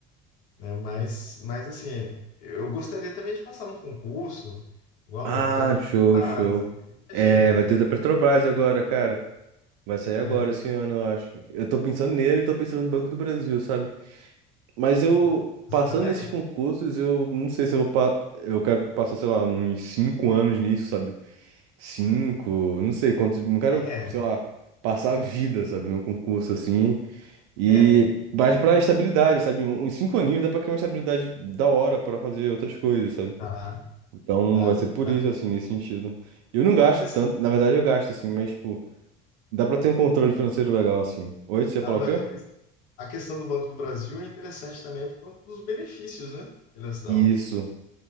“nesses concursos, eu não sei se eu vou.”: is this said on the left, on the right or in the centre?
Right